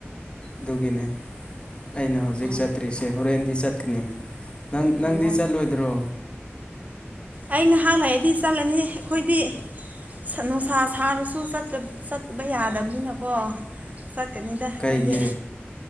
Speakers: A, on the left; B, on the right.
A: ꯑꯗꯨꯒꯤꯅꯦ ꯑꯩꯅ ꯍꯧꯖꯤꯛ
B: ꯑꯣ
A: ꯆꯠꯇ꯭ꯔꯤꯁꯦ ꯍꯣꯔꯦꯟꯗꯤ ꯆꯠꯀꯅꯤ ꯅꯪ ꯅꯪꯗꯤ
B: ꯑꯣ
A: ꯆꯠꯂꯣꯏꯗ꯭ꯔꯣ
B: ꯑꯩ ꯉꯥꯏꯍꯥꯛ ꯂꯩꯑꯗꯤ ꯆꯠꯂꯅꯤ ꯑꯩꯈꯣꯏꯗꯤ ꯅꯨꯡꯁꯥ ꯁꯥꯔꯁꯨ ꯆꯠꯕ ꯌꯥꯗꯕꯅꯤꯅꯀꯣ ꯀꯅꯤꯗ ꯑꯩꯈꯣꯏꯗꯤ
A: ꯀꯩꯒꯤ